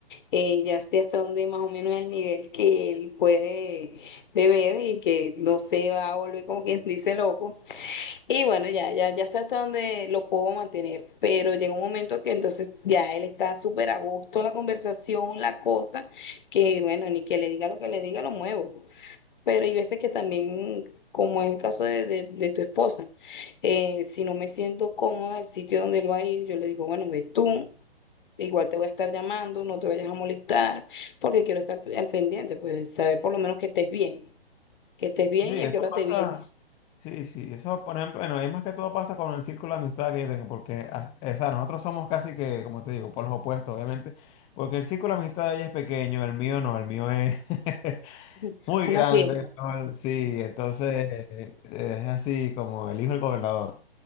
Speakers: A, on the left (about 55°); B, on the left (about 15°).
A: eh, ya sé hasta dónde más o menos el nivel que él puede beber y que no se va a volver como quien dice loco. Y bueno, ya, ya, ya sé hasta dónde lo puedo mantener, pero llega un momento que entonces ya él está súper a gusto en la conversación, la cosa, que bueno, ni que le diga lo que le diga, lo muevo. Pero hay veces que también, como es el caso de, de- de tu esposa, eh, si no me siento cómoda el sitio donde él va a ir, yo le digo, bueno, ve tú, igual te voy a estar llamando, no te vayas a molestar, porque quiero estar al pendiente, pues saber por lo menos que estés bien, que estés bien
B: sí,
A: y a
B: eso
A: qué hora
B: pasa.
A: te vienes.
B: Sí, sí, eso por ejemplo, bueno, es más que todo pasa con el círculo de amistad que yo tengo, porque, a- o sea, nosotros somos casi que, como te digo, por los opuestos, obviamente, porque el círculo de amistad de ella es pequeño, el mío no, el mío es <laughs>
A: <laughs>
B: muy
A: Una
B: grande,
A: fiesta.
B: ¿no? Sí, entonces eh, es así como el hijo del gobernador.